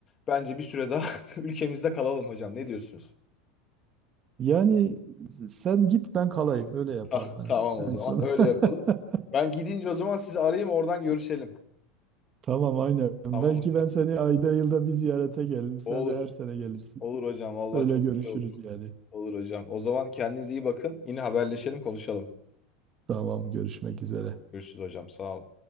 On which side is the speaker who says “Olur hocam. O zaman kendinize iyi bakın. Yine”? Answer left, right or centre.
Left